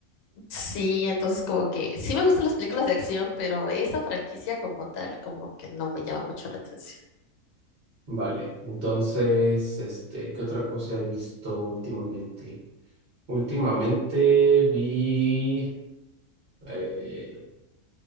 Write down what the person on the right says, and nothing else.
Vale, entonces, este, ¿qué otra cosa he visto últimamente? Últimamente vi eh,